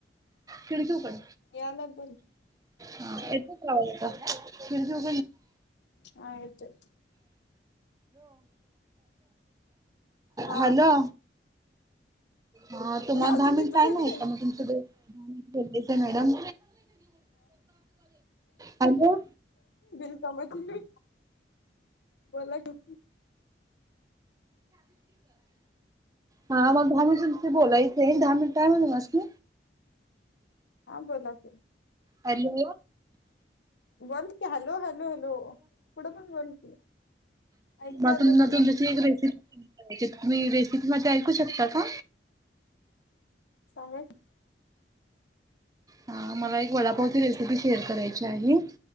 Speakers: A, on the right; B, on the left.
A: खिडकीकड
B: यालाय बोल
A: ह येत कावा का फिर हॅलो
B: हा येतोय हा
A: हॅलो हा तुम्हाला
B: हे अजून
A: दहा मिनिट
B: इथंच
A: टय
B: आहेत
A: नाही
B: व्हय.
A: का मग तुमच्याडे हम् मॅडम हॅलो
B: बिनकामाची बोला क
A: हा मग धाम बोलायचे धा काय म्होल बस म
B: हा बोलाच
A: हॅलो
B: बोल की हलो हलो हलो पुुड पन बोल की ऐकू
A: मात
B: यालय
A: म
B: मला
A: तुमच्याशी रेसिप तुम्ही रेसिपीमध्येध्ये ऐकू शकता का
B: सांग
A: हा मला एक वडापावची रेसिपी शेअर करायची आहे